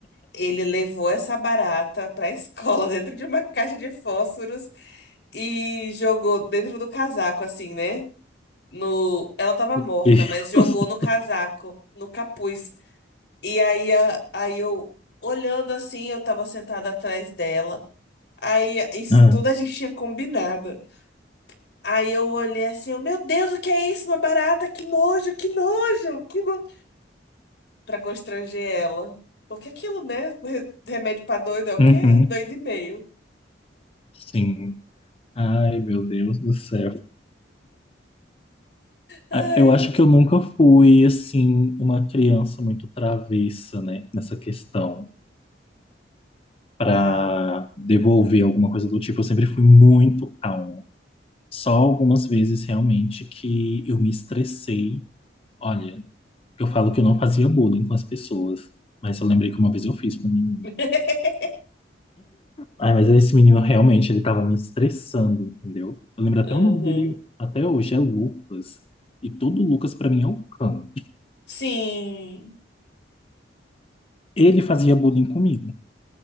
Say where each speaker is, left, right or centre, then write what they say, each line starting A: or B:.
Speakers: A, on the left (about 65°); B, on the left (about 30°).
A: Ele levou essa barata pra escola <laughs> dentro de uma caixa de fósforos e jogou dentro do casaco, assim, né? No... Ela tava morta,
B: Meu Deus.
A: mas jogou no
B: <laughs>
A: casaco, no capuz. E aí, a- aí eu, olhando assim, eu tava sentada atrás dela. Aí isso
B: É.
A: tudo a gente tinha combinado. Aí eu olhei assim, eu, meu Deus, o que é isso? Uma barata, que nojo, que nojo, que nojo. Pra constranger ela. Porque aquilo, né? <laughs> Re- Remédio pra doido é o
B: Uhum,
A: quê? Um doido e meio.
B: sim. Ai, meu Deus do céu.
A: Ai.
B: Ah, Eu acho que eu nunca fui, assim, uma criança muito travessa, né, nessa questão, para
A: Ai.
B: devolver alguma coisa do tipo. Eu sempre fui muito calma. Só algumas vezes, realmente, que eu me estressei. Olha, eu falo que eu não fazia bullying com as pessoas, mas eu lembrei que uma vez eu fiz com um menino.
A: <laughs>
B: Ai, mas esse menino realmente, ele tava me estressando, entendeu? Eu lembro
A: Uhum.
B: até o nome dele até hoje, é Lucas. E todo Lucas pra mim é o cão.
A: Sim.
B: Ele fazia bullying comigo.